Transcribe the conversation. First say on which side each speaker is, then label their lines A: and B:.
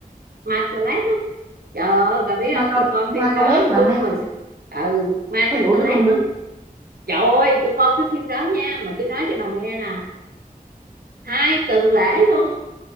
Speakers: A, on the right; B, on the right.
A: ma toilet á trời ơi bà biết
B: Ma
A: không
B: to
A: tôi coi phim
B: ma to
A: đó
B: lớn là
A: tôi
B: ma
A: mà ừ ma
B: Có
A: trong
B: vụ
A: toilet
B: đó luôn hả?
A: á trời ơi tôi coi cái phim đó nha mà tôi nói cho bà nghe nè hai tuần lễ luôn